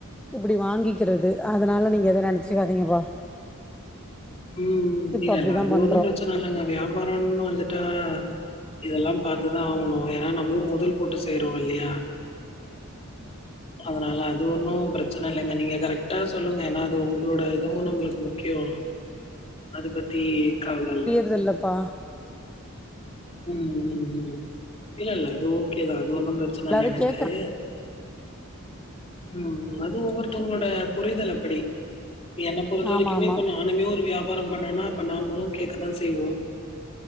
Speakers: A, in the centre; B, on the left.
A: இப்டி வாங்கிக்கிறது அதனால நீங்க எது நெனச்சிக்காதிங்கப்பா
B: உம் இல்லல்ல
A: அப்டிதா
B: அது
A: பண்றோ
B: ஒன்னு பிரச்சன இல்லங்க வியாபாரோன் வந்துட்டா இதெல்லா பாத்துதா ஆவணூ ஏனா நம்மளூ மொதல் போட்டு செய்யறோ இல்லையா அதனால அது ஒன்னு பிர ச்சன இல்லைங்க நீங்க கரெக்டா சொல்லுங்க ஏனா அது ஒங்ளோட இதுவு நம்மளுக் முக்கியோ அது பத்தீ கவலல்ல
A: இதில்லப்பா
B: உம் ம் ம் இல்லல்ல அது ஓகேதா அது ஒன்னு பிரச்சன
A: எல்லாரு
B: இல்ல எனக்கூ
A: கேக்குற
B: ம் அது ஒவ்வொருத்தவங்களோட புரிதல் அப்படி என்ன பொறுத்த வரைக்குமே
A: ஆமா ஆமா
B: இப்ப நானுமே ஒரு வியாபாரம் பண்ணெனா இப்ப நம்மளூ கேட்கதா செய்வோ